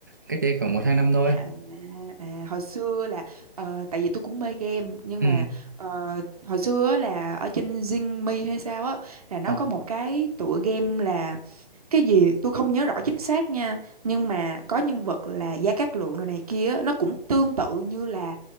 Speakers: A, on the right; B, on the right.
A: cách đây khoảng một hai năm thôi
B: à, à hồi xưa là ờ, tại vì tôi cũng mê game nhưng
A: ừ.
B: mà ờ, hồi xưa á là ở trên Zing Me hay sao á là nó
A: Ờ.
B: có một cái tựa game là cái gì tôi không nhớ rõ chính xác nha nhưng mà có nhân vật là Gia Cát Lượng rồi này kia á, nó cũng tương tự như là